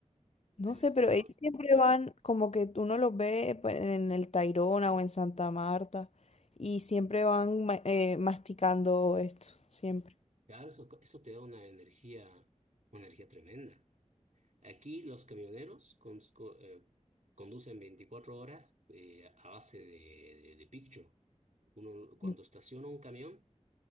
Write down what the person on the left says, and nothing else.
No
sé, pero ellos siempre van como que uno los ve pues, en el Tayrona o en Santa Marta y siempre van ma- eh, masticando esto, siempre.
Mm.